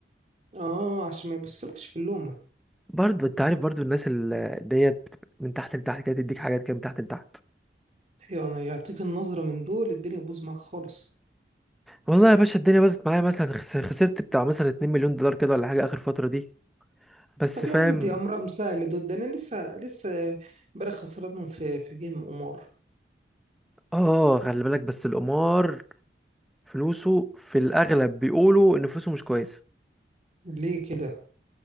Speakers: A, on the right; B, in the centre.
A: اه عشان ما يبصلكش في اللومة
B: برضه انت عارف برضه الناس ال- ديت بت- من تحت لتحت كده تديك حاجات كده من تحت لتحت
A: ايوه انا يعطيك النظرة من دول الدنيا تبوظ معاك خالص
B: والله يا باشا الدنيا باظت معايا مثلا خس- خسرت بتاع مثلا 2 مليون دولار كده ولا حاجة آخر فترة دي بس
A: طب
B: فاهم
A: يا عم دي امرهم سهل دول ده انا لسه لسه امبارح خسرانهم في في جيم قمار
B: اه خلي بالك بس القمار فلوسه في الأغلب بيقولوا إن فلوسه مش كويسة
A: ليه كده